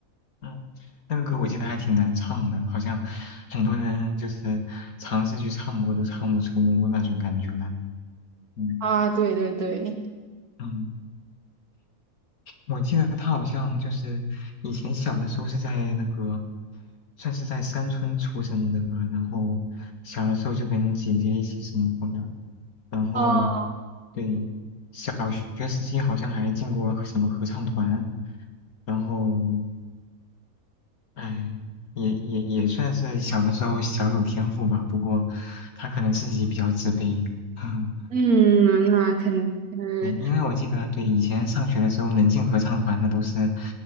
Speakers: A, on the left; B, on the right.
A: 嗯，那个歌我记得还挺难唱的，好像很多人就是尝试去唱过，都唱不出那种感觉来。嗯
B: 啊，对对对。
A: 嗯，我记得他好像就是以前小的时候是在那个，算是在山村出生的吧，然后小的时候就跟姐姐一起生活的，然后
B: 哦，
A: 对小学时期好像还进过什么合唱团，然后哎，也也也算是小的时候小有天赋吧，不过他可能自己比较自卑。嗯，
B: 嗯，那肯，呃，
A: 对，因为我记得，对，以前上学的时候能进合唱团的都是